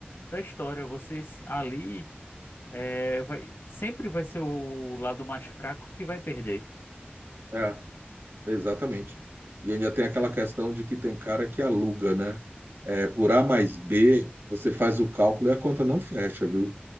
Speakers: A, on the left (about 70°); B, on the right (about 80°).
A: da história. Você s- ali é, vai, sempre vai ser o lado mais fraco que vai perder.
B: É, exatamente. E ainda tem aquela
A: É,
B: questão de que tem cara que aluga, né? É, por A mais B, você faz o cálculo e a conta não fecha, viu?